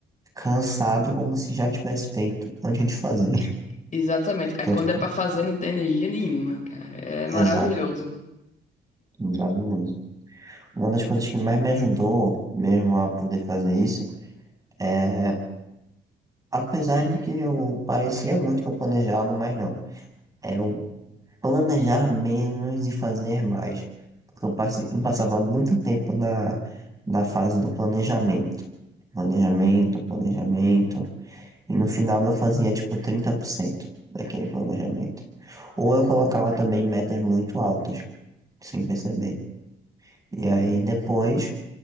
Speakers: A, on the right (about 20°); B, on the left (about 40°).
A: cansado como se já tivesse feito antes de fazer.
B: Exatamente. Aí
A: Tanto
B: quando é
A: que,
B: pra fazer, não tem energia nenhuma, cara. É maravilhoso.
A: exato, exato mesmo. Uma das coisas que mais me ajudou mesmo a poder fazer isso é, apesar de que eu parecia muito que eu planejava, mas não, é eu planejar menos e fazer mais. Porque eu passei, eu passava muito tempo na, na fase do planejamento. Planejamento, planejamento. E no final eu fazia tipo 30% daquele planejamento. Ou eu colocava também metas muito altas. sem perceber. E aí depois